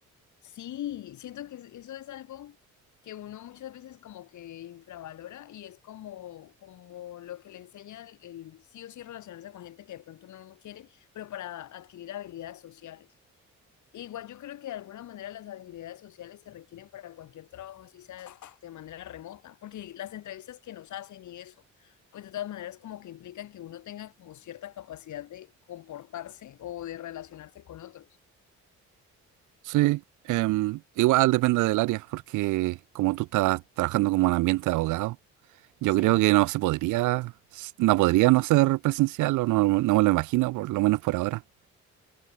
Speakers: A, on the left; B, on the right.
A: Sí, siento que es- eso es algo que uno muchas veces como que infravalora y es como, como lo que le enseña el, el sí o sí relacionarse con gente que de pronto uno no quiere, pero para adquirir habilidades sociales. Igual yo creo que de alguna manera las habilidades sociales se requieren para cualquier trabajo, así sea de manera remota, porque las entrevistas que nos hacen y eso, pues de todas maneras como que implican que uno tenga como cierta capacidad de comportarse o de relacionarse con otros.
B: Sí, em, igual depende del área, porque como tú estás trabajando como en ambiente de abogado, yo
A: Sí.
B: creo que no se podría, no podría no ser presencial, o no, no me lo imagino, por lo menos por ahora.